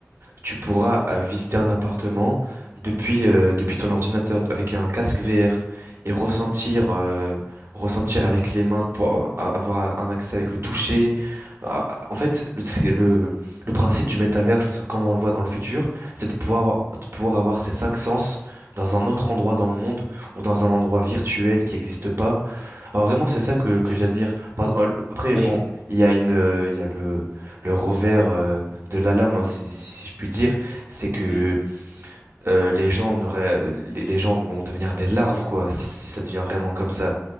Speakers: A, on the right (about 50°); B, in the centre.
A: tu pourras euh, visiter un appartement depuis, euh, depuis ton ordinateur avec un casque VR et ressentir, euh, ressentir avec les mains pour a- avoir un accès avec le toucher. Ah, En fait, le, c'est le, le principe du métaverse, comme on le voit dans le futur, c'est de pouvoir avoir, de pouvoir avoir ces cinq sens dans un autre endroit dans le monde ou dans un endroit virtuel qui n'existe pas alors vraiment, c'est ça que,
B: Ok.
A: que j'admire. Par- euh, le- Après,
B: Bah,
A: bon,
B: éc-
A: il y a une, euh, il y a le, le revers euh, de la lame, hein, si, si, si je puis dire, c'est que
B: hmm.
A: euh, les gens n'auraient, euh, les, les gens vont devenir des larves, quoi, si, si ça devient vraiment comme ça.